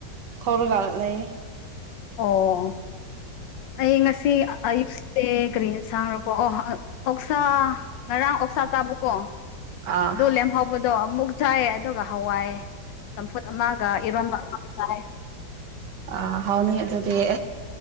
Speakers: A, on the right (about 70°); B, on the left (about 80°).
A: ꯊꯧꯔꯒ ꯂꯩ
B: ꯑꯣ ꯑꯩ ꯉꯁꯤ ꯑꯌꯨꯛꯁꯦ ꯀꯔꯤꯅ ꯁꯥꯡꯈꯄꯣ ꯑꯣ ꯑꯣꯛꯁꯥ ꯉꯔꯥꯡ ꯑꯣꯛꯁꯥ ꯆꯥꯕꯀꯣ
A: ꯑꯥ
B: ꯑꯗꯨ ꯐꯥꯎꯕ ꯑꯗꯣ ꯑꯃꯨꯛ ꯆꯥꯏ ꯑꯗꯨꯒ ꯍꯋꯥꯏ ꯆꯝꯐꯨꯠ ꯑꯃꯒ ꯏꯔꯣꯟꯕ ꯑꯃꯒ ꯆꯥꯏ
A: ꯑ ꯍꯥꯎꯅꯤ ꯑꯗꯨꯗꯤ